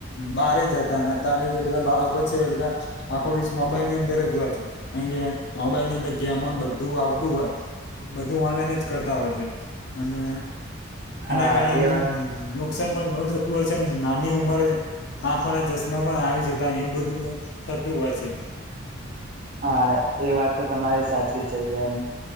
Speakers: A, on the left; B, on the right.
A: બારે જતા હતા અને જે બધા બાળકો છે એ બધા આખો દિવસ મોબાઈલ ની અંદર જ હોય છે કારણ કે મોબાઈલ ની અંદર ગેમો બધું આવતું હોય બધું ઓનલાઈન જ કરતા હોય છે અને
B: હા
A: એના કારણેમ
B: એ વાત
A: નુકસાન પણ ઘણું થતું હોય છે નાની ઉંમરે આંખો ના ચશ્મા પણ આવી જતા એવું બધું પણ થતું હોય છે
B: હા એ વાત તો તમારી સાચી જ છે કેમ